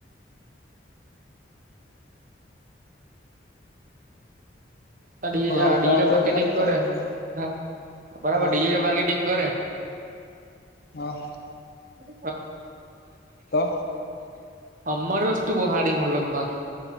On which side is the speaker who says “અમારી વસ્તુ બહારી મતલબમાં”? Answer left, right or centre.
Right